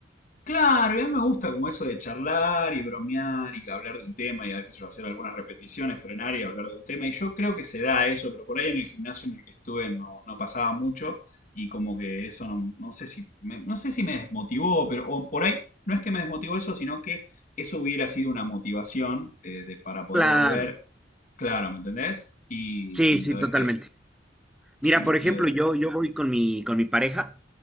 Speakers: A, on the left (about 45°); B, in the centre.
A: Claro, y a mí me gusta como eso de charlar y bromear y hablar de un tema y qué sé yo, hacer algunas repeticiones, frenar y hablar de un tema. Y yo creo que se da eso, pero por ahí en el gimnasio en el que estuve no, no pasaba mucho y como que eso no, no sé si me, no sé si me desmotivó, pero o por ahí no es que me desmotivó eso, sino que eso hubiera sido una motivación eh, de- para poder
B: Claro.
A: volver. Claro, ¿me entendés? Y,
B: Sí,
A: y
B: sí,
A: lo dejé.
B: totalmente. Mira,
A: Sí,
B: por ejemplo,
A: y lo dejé.
B: yo, yo voy con mi, con mi pareja